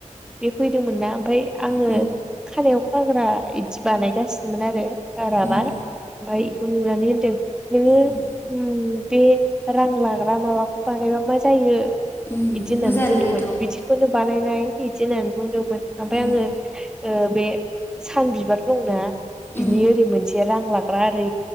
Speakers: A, in the centre; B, on the left (about 15°).
A: बे फैदोंमोन ना ओमफाय आङो
B: उम
A: खानायाव खाग्रा इदि बानायगासिनोमोन आरो बाराबार
B: उम
A: ओमफ्राय बेखौ नुनानै होनदों नोङो
B: उम
A: उम बे रां लाग्रा माबाखौ बानायबा मा जायो
B: उम
A: इदि होननानै
B: मोजां
A: बुंदोंमोन
B: नुयोथ'
A: बिदिखौनो बानायनाय इदि होननानै बुंदोंमोन ओमफाय
B: उम
A: आङो ओ बे सान बिबार दंना बिनि
B: उम
A: ओरै मोनसे रां लाग्रा ओरै